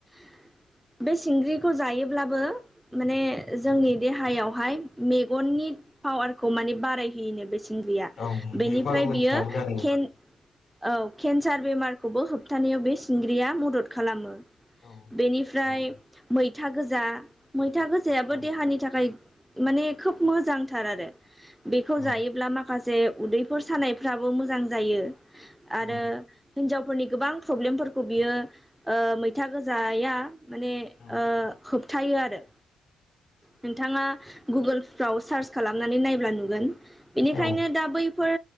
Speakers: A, in the centre; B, on the left.
A: <inaudible> बे सिंग्रिखौ जायोब्लाबो माने जोंनि देहायावहाय मेगननि पावारखौ माने बारायहोयोनो बे सिंग्रिया
B: औ
A: बेनिफ्राय
B: बेखौ आं मिथियामोन
A: बियो
B: आरो नोंथां
A: केेन औ केन्सार बेमारखौबो होबथानायाव बे सिंग्रिया मदद खालामो।
B: औ
A: बेनिफ्राय
B: नंगौ
A: मै था गोजा मैथा गोजायाबो
B: नोंथां।
A: देहानि थाखाय माने खोब मोजांथार आरो। बेखौ
B: औ
A: जायोब्ला माखासे उदैफोर सानायफ्राबो मोजां जायो।
B: औ नंगौ
A: आरो हिनजावफोरनि गोबां प्रब्लेमफोरखौ बियो ओ मै था गोजाया माने ओ
B: नोंथां
A: होबथायो आरो। नोंथाङा गुगोलफ्राव सार्च खालामनानै नायब्ला नुगोन। बिनिखायनो
B: औ
A: दा बैफोर